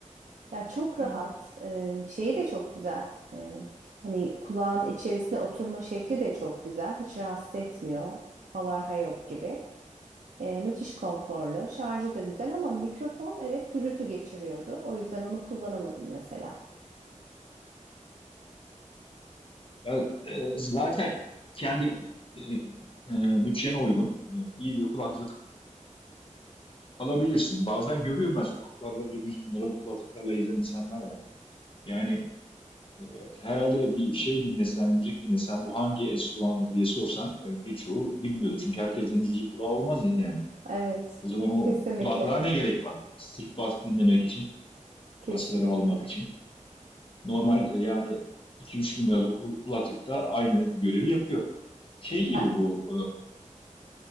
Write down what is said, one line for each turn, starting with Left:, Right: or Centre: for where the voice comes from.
Right: Ya çok rahat.
Left: Evet.
Right: Em, şeyi de çok güzel. Em, hani kulağın içerisine oturma şekli de çok güzel. Hiç rahatsız etmiyor. Havarha yok gibi. E, müthiş konforlu. Şarjı da güzel ama mikrofon evet gürültü geçiriyordu. O yüzden onu kullanamadım mesela.
Left: Ya, e, zaten kendi e, e, bütçene uygun e, iyi bir kulaklık alabilirsin. Bazen görüyorum ben sokaklarda böyle 100 bin liralık kulaklıklarla gezen insanlar var. Yani e, herhalde bir şey dinlesen, müzik dinlesen bu hangi enstrümandır diye sorsan e, birçoğu bilmiyordur. Çünkü herkesin müzik kulağı olmaz yani.
Right: Evet.
Left: O zaman o
Right: Kesinlikle.
Left: kulaklığa ne gerek var? Sırf bas dinlemek için,
Right: Kesinlikle.
Left: basları almak için. Normal e, yani iki üç bin liralık kul- kulaklık da aynı görevi yapıyor. Şey gibi
Right: Ya
Left: bu,